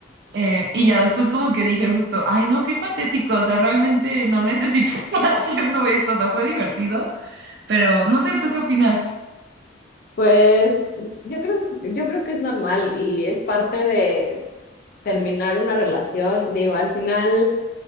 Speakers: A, on the right (about 65°); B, on the left (about 55°).
A: eh, y ya después como que dije justo, ay no, qué patético, o sea, realmente no necesito <laughs> estar haciendo esto, o sea, fue divertido, pero no sé, ¿tú qué opinas?
B: Pues yo creo, yo creo que es normal y es parte de terminar una relación. Digo, al final